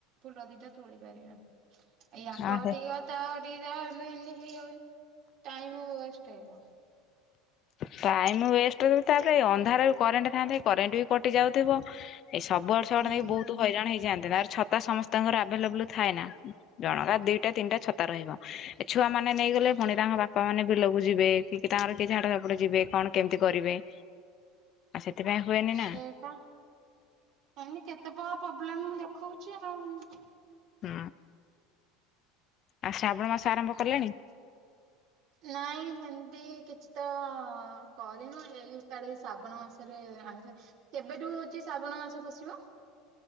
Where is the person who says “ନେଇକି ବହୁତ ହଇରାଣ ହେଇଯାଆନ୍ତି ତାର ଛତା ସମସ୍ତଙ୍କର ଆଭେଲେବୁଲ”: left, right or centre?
Left